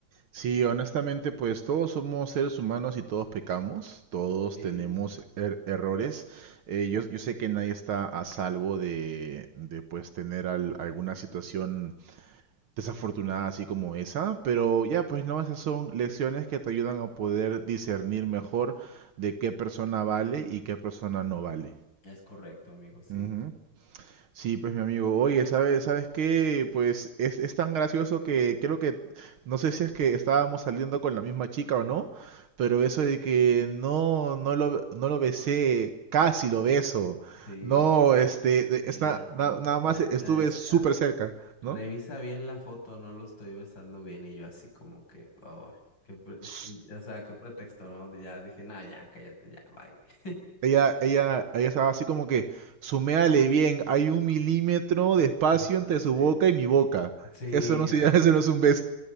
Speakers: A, on the right (about 75°); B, on the left (about 60°).
A: Sí, honestamente, pues todos somos seres humanos y todos pecamos, todos
B: Sí,
A: tenemos er- errores. Eh, yo, yo sé que nadie está a salvo de, de pues tener al- alguna situación desafortunada así como esa, pero ya pues no, esas son lecciones que te ayudan a poder discernir mejor de qué persona vale y qué persona no vale.
B: es correcto, amigo, sí.
A: Ujú. Sí, pues mi amigo, oye, ¿sabes, sabes qué? Pues es, es tan gracioso que creo que, no sé si es que estábamos saliendo con la misma chica o no, pero eso de que no, no lo, no lo besé, casi lo beso,
B: Sí,
A: no, este, de-
B: sí,
A: está,
B: no.
A: na- nada
B: Me,
A: más estuve
B: me decía,
A: súper cerca,
B: revisa
A: ¿no?
B: bien la foto, no lo estoy besando bien. Y yo así como que, oh, qué pre-
A: S-
B: o sea, qué pretexto, ¿no? Ya dije, no, ya, cállate, ya, bye. <laughs>
A: Ella, ella, ella estaba así como que, suméale bien, hay un milímetro de espacio
B: Ajá,
A: entre su
B: sí.
A: boca y mi boca,
B: Sí,
A: eso no, se- <laughs> eso no es un beso.